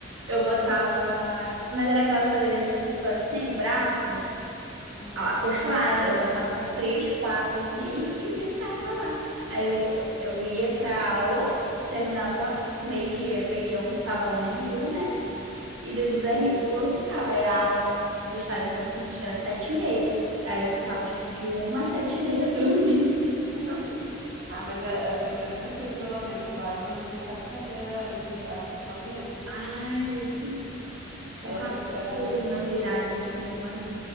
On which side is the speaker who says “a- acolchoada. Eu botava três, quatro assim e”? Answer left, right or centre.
Right